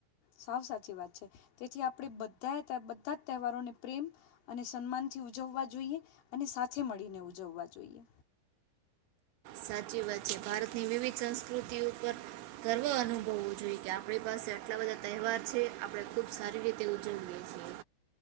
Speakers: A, on the left; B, on the right.
A: સાવ સાચી વાત છે. તેથી આપણે બધા બધા જ તહેવારોને પ્રેમ અને સન્માનથી ઉજવવા જોઈએ. અને સાથે મળીને ઉજવવા જોઈએ.
B: સાચી વાત છે. ભારતની વિવિધ સંસ્કૃતિ પર ગર્વ અનુભવવું જોઈ કે આપણી પાસે આટલા બધા તહેવાર છે. આપણે ખુબ સારી રીતે ઉજવીએ છીએ.